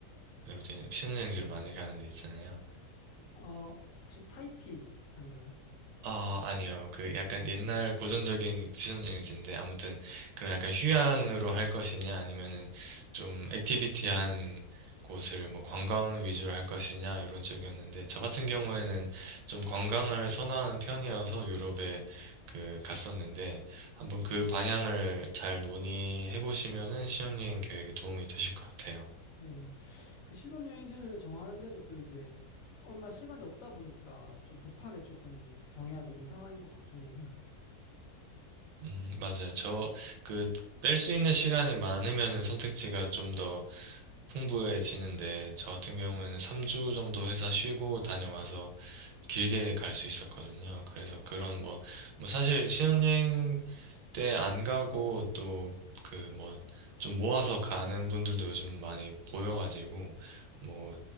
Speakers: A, on the right; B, on the left.
A: 이런 데 신혼여행지로 많이 가는 데 있잖아요.
B: 어, 혹시 타이티 아닌가요?
A: 아, 아니요. 그 약간 옛날 고전적인 퓨전 여행지인데 아무튼 그런 약간 휴양으로 할 것이냐 아니면은 좀 액티비티한 곳을 뭐 관광 위주로 할 것이냐 이런 쪽이었는데 저 같은 경우에는 좀 관광을 선호하는 편이어서 유럽에 그 갔었는데 한번 그 방향을 잘 논의해 보시면은 신혼여행 계획에 도움이 되실 것 같아요.
B: 네. 그 신혼여행지를 정하는데도 또 이제 얼마 시간이 없다 보니까 좀 급하게 조금 정해야 되는 상황인 것 같기는 해요.
A: 음, 맞아요. 저, 그, 뺄 수 있는 시간이 많으면 선택지가 좀 더 풍부해지는데, 저 같은 경우에는 3주 정도 회사 쉬고 다녀와서 길게 갈 수 있었거든요. 그래서 그런 뭐, 뭐 사실 신혼여행 때 안 가고 또 그 뭐, 좀 모아서 가는 분들도 요즘 많이 보여가지고, 뭐,